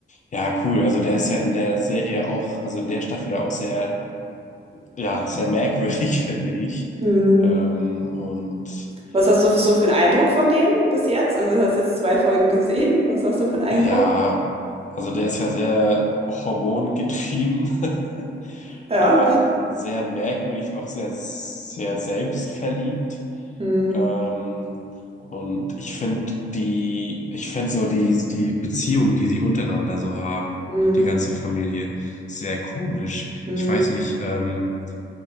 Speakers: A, on the left; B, on the right.
A: Ja, cool. Also der ist ja in der Serie auch, also in der Staffel ja auch sehr, ja, sehr merkwürdig, <laughs> finde ich.
B: Mhm.
A: Ähm, und
B: Was hast du für, so
A: äh,
B: für einen Eindruck von dem bis jetzt? Also, du hast jetzt zwei Folgen gesehen. Was hast du für einen Eindruck?
A: ja, also der ist ja sehr hormongetrieben <laughs>
B: Ja.
A: ähm, sehr merkwürdig, auch sehr, sehr selbstverliebt.
B: Mhm.
A: Ähm, und ich finde die, ich finde so die, die Beziehung, die sie untereinander so haben,
B: Mhm.
A: die ganze Familie, sehr komisch.
B: Mhm.
A: Ich weiß nicht, ähm,